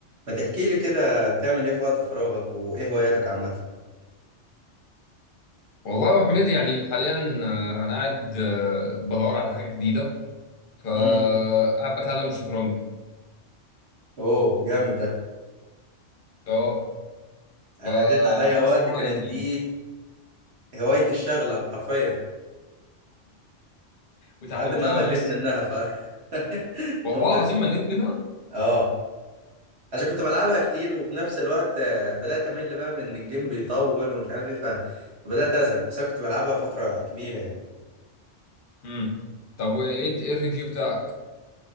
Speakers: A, on the right; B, on the left.
A: ما تحكي لي كده بتعمل ايه في وقت فراغك وايه هواياتك عامة
B: والله يا أبو حميد يعني حاليا آه، انا قاعد آه، بدور على حاجه جديده فقاعد
A: امم
B: بتعلم شطرنج
A: اوه جامد ده
B: اه
A: انا
B: فحاسس
A: جت عليا وقت
B: ان هو
A: كانت
B: لذيذ
A: دي هوايتي الشغلة حرفيا
B: وتعلمتها
A: لحد ما مليت
B: ولا لسه
A: منها ف <laughs>
B: والله
A: قمت-
B: العظيم مليت منها
A: اه عشان كنت بلعبها كتير وفي نفس الوقت آه، بدأت امل بقى من إن الجيم بيطول ومش عارف ايه ف- فبدأت ازهق بس انا كنت بلعبها فترة كبيرة يعني
B: امم طب وايه ايه الريفيو بتاعك